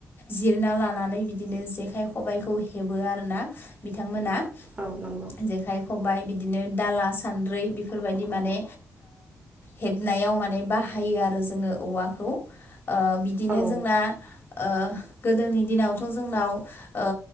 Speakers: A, on the left; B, on the right.
A: जिरना लानानै बिदिनो जेखाइ खबाइखौ हेबो आरो ना बिथांमोना। जेखाइ
B: औ नंगौ
A: खबाइ बिदिनो दाला सान्द्रै बेफोरबायदि माने हेबनायाव माने बाहायो आरो जोङो। औवाखौ बिदिनो
B: औ
A: जोंना ओ गोदोनि दिनावथ' जोंनाव ओ